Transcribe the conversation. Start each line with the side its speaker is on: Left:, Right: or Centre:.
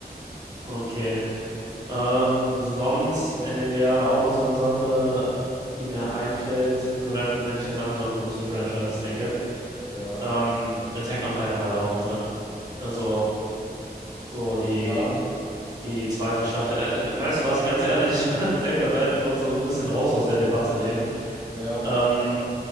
Right: okay. Ähm, sonst in dem Jahr auch noch so eine Sache, die mir einfällt. Also wenn, wenn ich jetzt einfach so an große Franchises denke,
Left: Ja.
Right: ähm, Attack on Titan war halt auch noch drin. Also so die,
Left: Ja,
Right: die zweite Staffel. Äh, äh, weißt du was, ganz ehrlich, <laughs> ich würde Attack on Titan für uns so ein bisschen raus aus der Debatte nehmen.
Left: naja,
Right: Ähm,